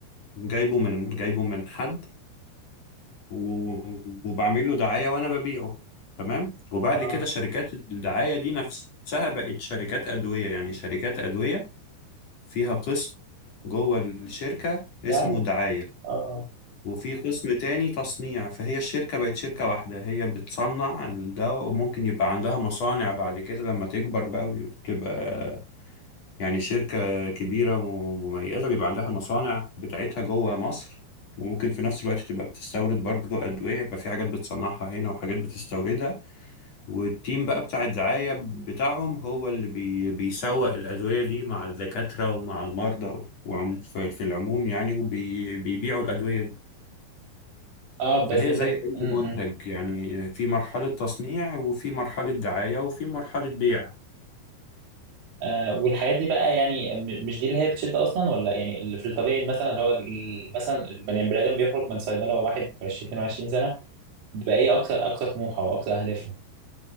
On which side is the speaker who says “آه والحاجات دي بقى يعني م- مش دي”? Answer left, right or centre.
Right